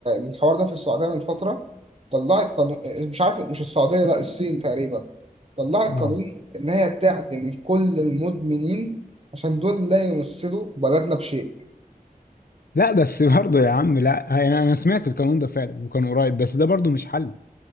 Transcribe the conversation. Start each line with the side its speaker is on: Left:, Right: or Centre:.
Right: الحوار ده في السعوديه من فتره طلعت قانون مش عارف مش السعوديه لا الصين تقريبا طلعت
Left: اه
Right: قانون إن هي تعدم كل المدمنين عشان دول لا يمثلوا بلدنا بشيء
Left: لا بس برضه يا عم لا انا انا سمعت القانون ده فعلا وكان قريب بس ده برضه مش حل